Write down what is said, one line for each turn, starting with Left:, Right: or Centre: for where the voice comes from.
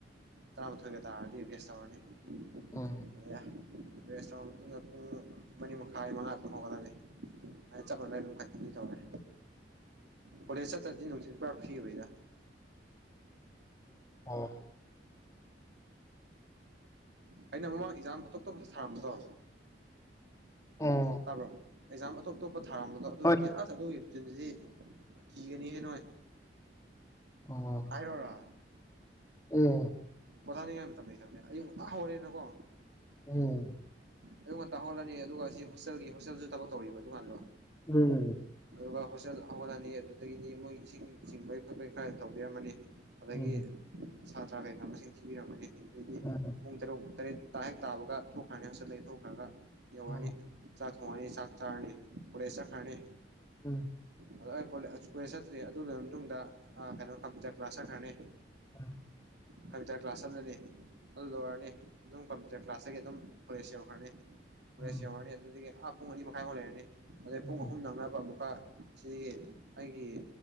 Right: ꯇꯔꯥ ꯃꯥꯊꫭꯏꯒ ꯇꯔꯗꯤ ꯔꯦꯁ ꯇꯧꯔꯅꯤ
Left: ꯎꯝ
Right: <inaudible> ꯔꯦꯁꯇꯨꯔꯦꯟ ꯃꯇꯨꯡꯗ ꯄꯨꯡ ꯃꯔꯤ ꯃꯈꯥꯏ ꯃꯉꯥ ꯑꯗꯨꯝ ꯍꯧꯒꯠꯂꯅꯤ ꯑꯗꯨ ꯆꯞ ꯃꯥꯟꯅ ꯑꯗꯨꯝ ꯀꯟꯇꯤꯅ꯭ꯌꯨ ꯇꯧꯔꯦ ꯀꯣꯂꯦꯖ ꯆꯠꯇ꯭ꯔꯗꯤ ꯅꯨꯡꯊꯤꯟ ꯄꯨꯔꯥ ꯐ꯭ꯤꯕ ꯑꫭꯏꯊ
Left: ꯎꯝ
Right: ꯑꯩꯅ ꯃꯃꯥꯡ ꯑꯦꯛꯖꯥꯝ ꯑꯇꯣꯞꯇꯣꯞꯄ ꯊꯔꯝꯕꯗꫭ
Left: ꯎꯝ
Right: ꯇꯥꯕ꯭ꯔꫭ ꯑꯦꯖꯥꯝ ꯑꯇꫭꯞ ꯑꯇꫭꯞ ꯄ ꯊꯥꯔꯝꯕꯗꯣ ꯑꯗꯨꯒꯤꯗꯤ
Left: ꯍꯣꯏ
Right: ꯑꯁ ꯑꯗꯨꯒꯤ ꯔꯨꯇꯤꯟꯗꯨꯗꯤ ꯀꯤꯒꯅꯤꯌꯦ ꯅꯣꯏ
Left: ꯎꯝ
Right: ꯍꯥꯏꯔꯣꯔ
Left: ꯎꯝ
Right: ꯄꯣꯊꯥꯅꯤꯡꯉꯥꯏ ꯃꯇꯝꯇꯅꯤ ꯑꯌꯨꯛ ꯉꯛꯇꯇꯥ ꯍꯧꯔꯦꯅꯀꯣ
Left: ꯑꯣꯝ
Right: ꯑꯗꯨꯨꯝ ꯇꯥꯍꯣꯜꯂꯅꯤ ꯑꯗꯨꯒ ꯁꯤ ꯍꯣꯁꯇꯦꯜꯒꯤ ꯍꯣꯇꯦꯜꯁꯨ ꯇꯧꯔꯤꯕ ꯗꯨꯀꯥꯟꯗꯣ
Left: ꯎꯝ
Right: ꯑꯗꯨꯒ ꯍꯣꯁꯇꯦꯜ ꯑꯍꯜ ꯑꯅꯤ ꯑꯗꯨꯗꯒꯤꯗꯤ ꯃꯣꯏ ꯏꯁꯤꯡ ꯆꯤꯡꯕꯩ ꯈꯣꯠꯄꯩ ꯈꯔ ꯇꯧꯕꯤꯔꯝꯃꯅꯤ ꯑꯗꯒꯤ
Left: ꯎꯝ ꯎꯝ
Right: ꯁꯥꯇ꯭ꯔ ꯀꯩꯀꯥ ꯃꯁꯤꯡ ꯊꯤꯕꯤꯔꯝꯃꯅꯤ ꯑꯗꯨꯩꯗꯤ
Left: ꯎꯝ
Right: ꯄꯨꯡ ꯇꯔꯨꯛ ꯇꯔꯦꯠ ꯇꯥ ꯍꯦꯛ ꯇꯥꯕꯒ ꯊꯣꯛꯈ꯭ꯔꯅꯤ ꯍꯧꯖꯤꯁꯜꯂꯛꯏ ꯊꯣꯛꯈ꯭ꯔꯒ ꯌ ꯋꯥꯅꯤ
Left: ꯎꯝ
Right: ꯆꯊ ꯍꯅꯤ ꯆ ꯆꯥꯅꯦ ꯄꯨꯔꯦꯁ ꯈꯥꯅꯦ
Left: ꯎꯝ
Right: ꯑꯗꯣ ꯑꯩ ꯀꯣꯂꯦꯖ ꯆꯠꯇ꯭꯭ꯔꯔꯤ ꯑꯗꯨ ꯂꯣꯏꯔꯕ ꯃꯇꯨꯡꯗ ꯀꯩꯅꯣ ꯀꯝꯄ꯭ꯌꯨꯇꯔ ꯀ꯭ꯂꯥꯁ ꯆꯠꯈ꯭ꯔꯅꯤ
Left: ꯑꯝ
Right: ꯀꯕꯤ ꯇ ꯀ꯭ꯂ ꯂꯥꯁꯟꯗꯅꯤ ꯍꯜꯂ ꯋꯥꯅꯤ ꯑꯗꯨꯝ ꯀꯝꯄ꯭ꯌꯨꯇꯔ ꯀ꯭ꯂꯥꯁꯇꯒꯤ ꯑꯗꯨꯝ ꯀꯂꯦꯁ ꯌꯧꯈ꯭ꯔꯅꯤ
Left: ꯎꯝ
Right: ꯀꯂꯦꯁ ꯌꯧꯔꯅꯤ ꯑꯗꯨꯗꯒꯤ ꯑ ꯄꯨꯡ ꯑꯅꯤ ꯃꯈꯥꯏꯃꯨꯛ ꯂꯩꯔꯅꯤ ꯑꯗꯩ
Left: ꯎꯝ
Right: ꯄꯨꯡ ꯑꯍꯨꯝ ꯅꯪꯅꯕ ꯑꯃꯨꯛꯀ ꯁꯤꯒꯤ ꯑꯩꯒꯤ